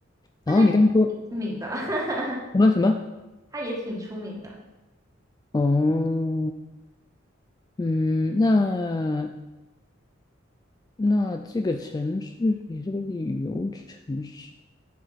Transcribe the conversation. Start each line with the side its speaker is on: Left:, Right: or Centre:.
Left: 然后你刚才说
Right: 它那个挺出名的，<laughs>
Left: 什么什么？
Right: 它也挺出名的，
Left: 哦，嗯，那那这个城市也是个旅游城市，